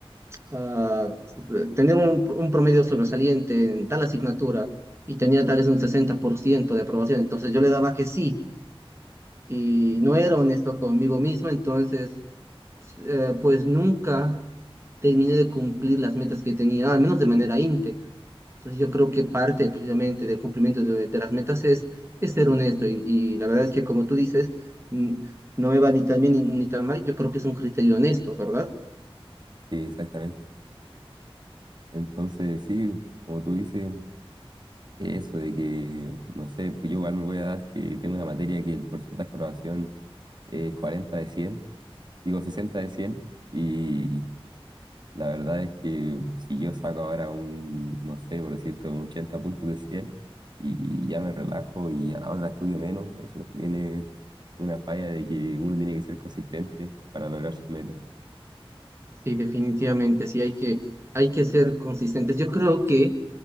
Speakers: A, on the right; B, on the right.
A: ah, tener un, un promedio sobresaliente en tal asignatura y tenía tal vez un 60% de aprobación, entonces yo le daba que sí y no era honesto conmigo mismo, entonces eh, pues nunca terminé de cumplir las metas que tenía, al menos de manera íntegra. Entonces yo creo que parte precisamente del cumplimiento de, de las metas es, es ser honesto y, y la verdad es que como tú dices, mm, no me va ni tan bien ni, ni tan mal, yo creo que es un criterio honesto, ¿verdad?
B: Sí, exactamente. Entonces, sí, como tú dices, eso de que, no sé, pues yo igual me voy a dar que tengo una materia que el porcentaje de aprobación es 40 de cien digo 60 de cien y la verdad es que si yo saco ahora un, no sé, por decirte, un 80 puntos de 100 y ya me relajo y a la otra estudio menos, eso también es una falla de que uno tiene que ser consistente para lograr sus metas.
A: Sí, definitivamente, sí hay que, hay que ser consistentes. Yo creo que